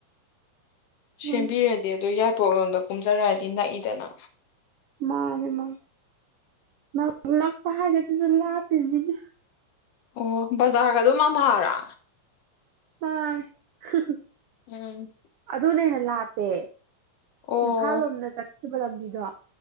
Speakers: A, on the right; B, on the left.
A: ꯍꯣꯏ
B: ꯁꯦꯝꯕꯤꯔꯗꯤ ꯑꯗꯣ ꯌꯥꯠ ꯄꯣꯔꯣꯟꯗꯣ ꯀꯨꯝꯖꯔꯗꯤ ꯅ ꯅꯛꯏꯗꯅ
A: ꯃꯥꯅꯦ ꯃꯥ ꯃꯥ ꯅꯛꯄ ꯍꯥꯏꯖꯦ ꯗꯨꯁꯨ ꯂꯥꯞꯄꯤꯝꯅꯤꯅꯦ
B: ꯑꯣ ꯕꯖꯥꯔꯒꯗꯨ ꯃꯝꯍꯥꯔꯥ
A: ꯎꯝ ꯍ ꯍ
B: ꯎꯝ
A: ꯗꯨꯅꯥ ꯍꯦꯅ ꯂꯥꯞꯄꯦ
B: ꯑꯣ
A: ꯏꯝꯐꯥꯜ ꯂꯣꯝꯗ ꯆꯠ ꯁꯤꯕ ꯂꯝꯕꯤꯗꯣ